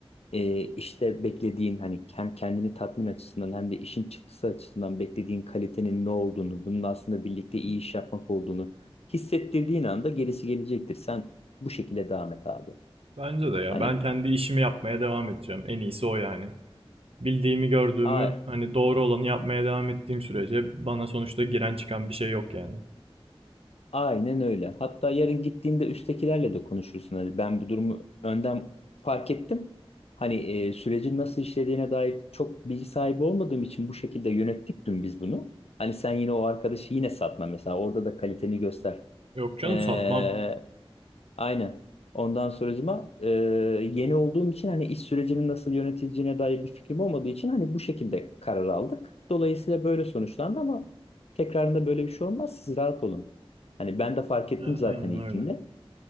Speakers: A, on the left (about 80°); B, on the right (about 70°).
A: e, işte beklediğin hani hem kendini tatmin açısından hem de işin çıktısı açısından beklediğin kalitenin ne olduğunu, bunun aslında birlikte iyi iş yapmak olduğunu hissettirdiğin anda gerisi gelecektir. Sen bu şekilde devam et abi.
B: Bence de ya
A: Hani
B: ben kendi işimi yapmaya devam edeceğim. En iyisi o yani. bildiğimi gördüğümü
A: a
B: hani doğru olanı yapmaya devam ettiğim sürece bana sonuçta giren çıkan bir şey yok yani.
A: Aynen öyle. Hatta yarın gittiğinde üsttekilerle de konuşursun. Hani ben bu durumu önden fark ettim. Hani e, sürecin nasıl işlediğine dair çok bilgi sahibi olmadığım için bu şekilde yönettik dün biz bunu. Hani sen yine o arkadaşı yine satma mesela. Orada da kaliteni göster.
B: Yok canım
A: Ee,
B: satmam.
A: Aynen. Ondan sonracıma e, yeni olduğum için hani iş sürecinin nasıl yönetileceğine dair bir fikrim olmadığı için hani bu şekilde karar aldık. Dolayısıyla böyle sonuçlandı ama tekrarında böyle bir şey olmaz. Siz rahat olun. Hani ben de fark ettim
B: Ha,
A: zaten
B: aynen
A: ilkinde.
B: öyle.